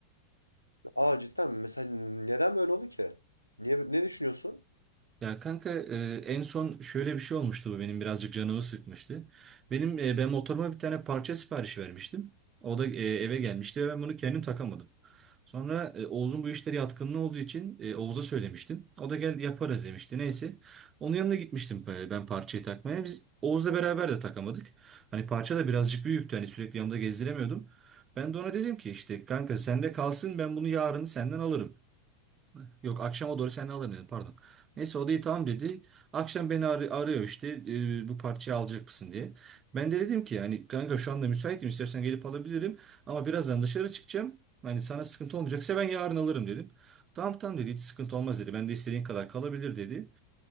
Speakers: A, on the left; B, on the right.
A: Aa cidden mi? Mesela neden böyle oldu ki? Niye, ne düşünüyorsun?
B: Ya kanka e, en son şöyle bir şey olmuştu bu benim birazcık canımı sıkmıştı. Benim e, ben motoruma bir tane parça sipariş vermiştim. O da e, eve gelmişti ve ben bunu kendim takamadım. Sonra e, Oğuz'un bu işlere yatkınlığı olduğu için e, Oğuz'a söylemiştim. O da gel yaparız demişti. Neyse. Onun yanına gitmiştim e, ben parçayı takmaya. Biz Oğuz'la beraber de takamadık. Hani parça da birazcık büyüktü. Hani sürekli yanımda gezdiremiyordum. Ben de ona dedim ki işte kanka sende kalsın ben bunu yarın senden alırım. Yok akşama doğru sen alırım dedim pardon. Neyse o da iyi tamam dedi. Akşam beni ar- arıyor işte e, bu parçayı alacak mısın diye. Ben de dedim ki hani kanka şu anda müsaitim istersen gelip alabilirim. Ama birazdan dışarı çıkacağım. Hani sana sıkıntı olmayacaksa ben yarın alırım dedim. Tamam tamam dedi hiç sıkıntı olmaz dedi. Ben de istediğin kadar kalabilir dedi.